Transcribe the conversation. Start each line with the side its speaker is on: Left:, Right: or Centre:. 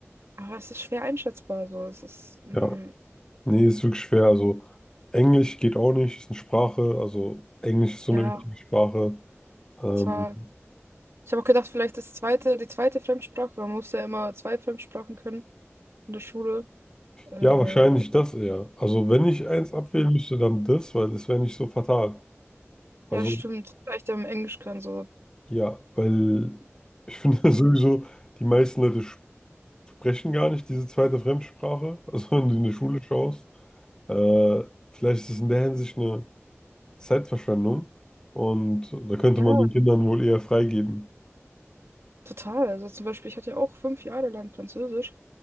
Right: Aber es ist schwer einschätzbar. So. Es ist, mm,
Left: Ja, nee, ist wirklich schwer. Also, Englisch geht auch nicht, ist eine Sprache. Also, Englisch ist so
Right: ja,
Left: eine wichtige Sprache. Ähm,
Right: das war. Ich habe auch gedacht, vielleicht das zweite, die zweite Fremdsprache. Man muss ja immer zwei Fremdsprachen können in der Schule. Äh,
Left: ja, wahrscheinlich das eher. Also, wenn ich eins abwählen müsste, dann das, weil das wäre nicht so fatal. Also,
Right: ja, stimmt. Vielleicht ja im Englisch kann so.
Left: ja, weil ich finde <laughs> sowieso, die meisten Leute. sprechen gar nicht diese zweite Fremdsprache. <laughs> Also wenn du in die Schule schaust, äh, vielleicht ist es in der Hinsicht eine Zeitverschwendung und da könnte
Right: Ja,
Left: man den Kindern wohl eher freigeben.
Right: total. Also zum Beispiel, ich hatte ja auch fünf Jahre lang Französisch.